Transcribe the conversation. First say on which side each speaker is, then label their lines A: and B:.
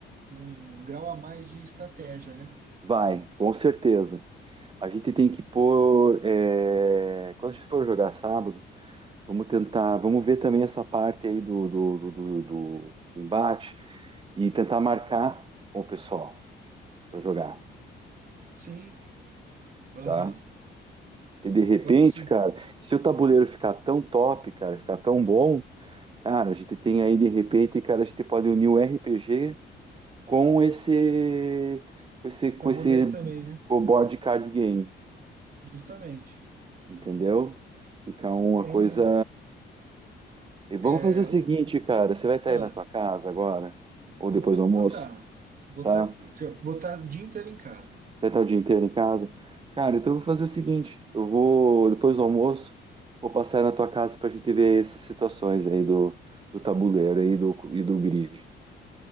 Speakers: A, on the right; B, on the right.
A: um grau a mais de estratégia, né?
B: vai, com certeza. A gente tem que pôr. é, Quando a gente for jogar sábado, vamos tentar. Vamos ver também essa parte aí do, do, do, do- do- do embate e tentar marcar com o pessoal para jogar,
A: Sim, aham.
B: tá? E de repente,
A: Vamos sim.
B: cara, se o tabuleiro ficar tão top, cara, ficar tão bom, cara, a gente tem aí de repente, cara, a gente pode unir o RPG com esse, com esse, com
A: Tabuleiro
B: esse
A: também, né?
B: com o board card game,
A: Justamente.
B: entendeu? Fica uma
A: Em,
B: coisa E vamos
A: é,
B: fazer o seguinte,
A: o-
B: cara. Você vai estar
A: ah,
B: aí na tua casa agora? Ou depois
A: Vou
B: do almoço,
A: votar. Votar,
B: tá? Você
A: votar o dia inteiro em casa.
B: Vai estar o dia inteiro em casa? Cara, então eu vou fazer o seguinte. Eu vou, depois do almoço, vou passar aí na tua casa pra gente ver essas situações aí do, do tabuleiro aí do, e do grid.